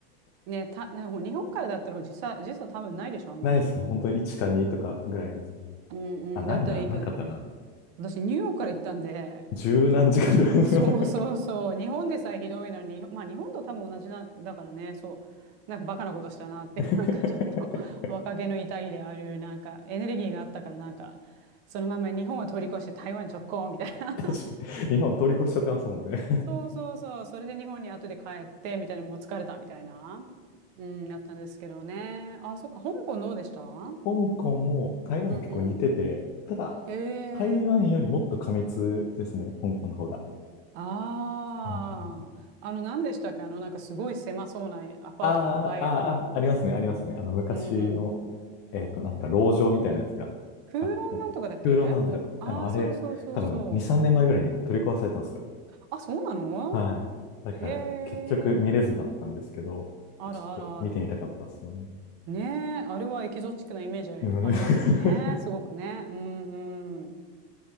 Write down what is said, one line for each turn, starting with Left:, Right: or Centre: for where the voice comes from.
Right: ね、た、<laughs> なんかもう日本からだったら時差、時差多分ないでしょ、あんまり。
Left: ないですね。本当に1か2とかぐらいですね。
Right: うんうん。
Left: あ、ないな。
Right: だったらいいけど、
Left: なかったな。
Right: 私ニューヨークから行ったんで、
Left: 十何時間とかですよね。
Right: そうそうそう。日本でさえひどいのに、まあ日本と多分同じな、だからね、そう。なんかバカなことしたなって、
Left: <laughs>
Right: <laughs> なんかちょっと若気の至りであるなんかエネルギーがあったから、なんか、そのまま日本を通り越して台湾直行みたいな。
Left: 確かに。日本通り越しちゃってますもんね。
Right: <laughs> そうそうそう。それで日本に後で帰って、みたいな、もう疲れたみたいな。うん、だったんですけどね。あ、そっか、香港どうでしたうん
Left: 香港も台湾と結構似てて、
Right: うん。
Left: ただ、
Right: へえ。
Left: 台湾よりもっと過密ですね、香港の方が。
Right: ああ。
Left: うん
Right: あの、何でしたっけあの、なんかすごい狭そうなアパートがいっぱいあるの。
Left: あーあー、あありますね、ありますね。あの、昔の、
Right: うんうん。
Left: えっと、なんか、籠城みたいなやつがあった。
Right: 空論なんとかだっけおああー、
Left: 空論なんとか、でもあれ、
Right: そうそうそうそう。
Left: 多分、2、3年前ぐらいに取り壊されたんですよ。
Right: あ、そうなの
Left: はい。だから、
Right: へ
Left: 結局見れずだったんですけど、
Right: え。あらあらあら。
Left: ちょっと見てみたかったですよね。
Right: ねえ、あれはエキゾチックなイメージありますよね。
Left: うん。<laughs>
Right: すごくね。うんうん。